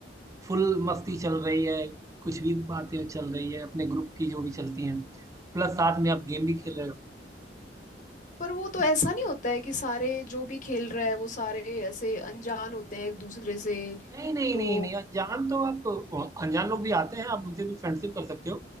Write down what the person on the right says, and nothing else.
फुल मस्ती चल रही है कुछ भी बातें चल रही है अपने ग्रुप की जो भी चलती हैं प्लस साथ में आप गेम भी खेल
रहे हो
इस
नहीं नहीं
नहीं नहीं अनजान तो आप अनजान लोग भी आते हैं आप उनसे भी फ्रेंडशिप कर सकते हो